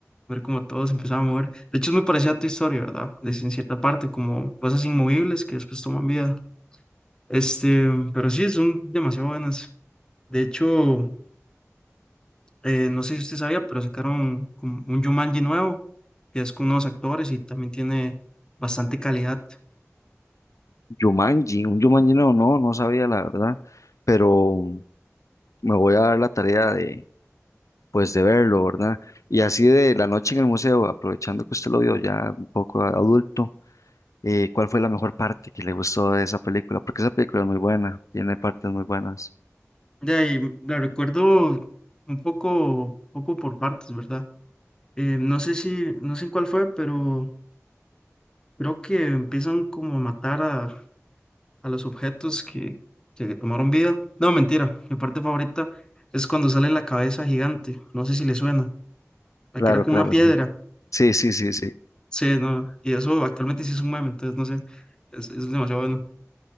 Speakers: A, on the left (about 15°); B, on the left (about 80°).
A: ver cómo todo se empezaba a mover. De hecho, es muy parecida a tu historia, ¿verdad? de si en cierta parte, como cosas inmovibles que después toman vida. Este, pero sí, son demasiado buenas. De hecho, eh, no sé si usted sabía, pero sacaron como un Jumanji nuevo, que es con nuevos actores y también tiene bastante calidad.
B: Jumanji, un Jumanji no, no, no sabía la verdad, pero... me voy a dar la tarea de, pues, de verlo, ¿verdad? Y así de la noche en el museo, aprovechando que usted lo vio ya un poco adulto, eh, ¿cuál fue la mejor parte que le gustó de esa película? Porque esa película es muy buena, tiene partes muy buenas.
A: De ahí, la recuerdo un poco, poco por partes, ¿verdad? Eh, no sé si, no sé en cuál fue, pero Creo que empiezan como a matar a, a los objetos que, que tomaron vida. No, mentira. Mi parte favorita es cuando sale la cabeza gigante. No sé si le suena. La
B: Claro,
A: que era como
B: claro,
A: una piedra.
B: sí. Sí, sí, sí, sí.
A: Sí, no. Y eso actualmente sí es un meme, entonces no sé. Es, es demasiado bueno.